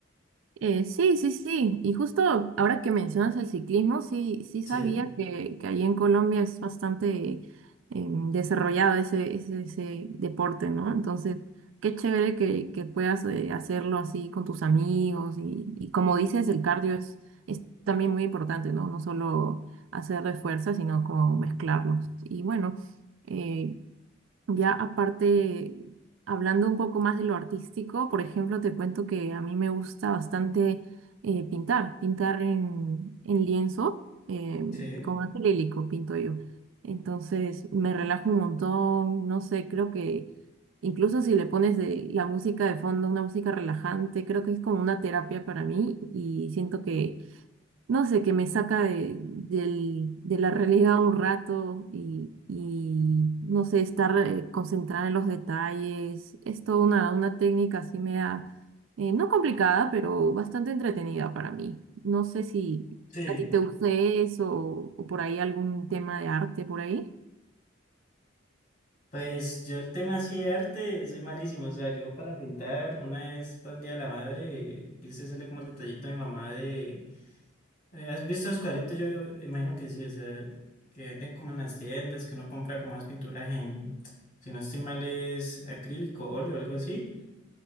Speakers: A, on the right; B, on the left.
A: Eh, sí, sí, sí. Y justo ahora que mencionas el ciclismo, sí, sí
B: sí,
A: sabía que, que allí en Colombia es bastante em, desarrollado ese, ese, ese deporte, ¿no? Entonces, qué chévere que, que puedas eh, hacerlo así con tus amigos. Y, y como dices, el cardio es, es también muy importante, ¿no? No solo hacer de fuerza, sino como mezclarlos. Y bueno, eh, ya aparte, hablando un poco más de lo artístico, por ejemplo, te cuento que a mí me gusta bastante eh, pintar, pintar en, en lienzo, eh,
B: sí,
A: con acrílico pinto yo. Entonces me relajo un montón, no sé, creo que incluso si le pones de, la música de fondo, una música relajante, creo que es como una terapia para mí y siento que no sé, que me saca de, del- de la realidad un rato y, y, no sé, estar eh, concentrada en los detalles. Es toda una, una técnica así me da, no complicada, pero bastante entretenida para mí. No sé si
B: sí.
A: a ti te guste eso o, o por ahí algún tema de arte por ahí.
B: Pues yo el tema así de arte soy malísimo, o sea, yo para pintar una vez para un día de la madre quise hacerle como el detallito a mi mamá de Eh, ¿Has visto los cuadritos? Yo imagino que sí, o sea, que venden como en las tiendas, que uno compra como más pinturas en, si no estoy mal, es acrílico, óleo, algo así,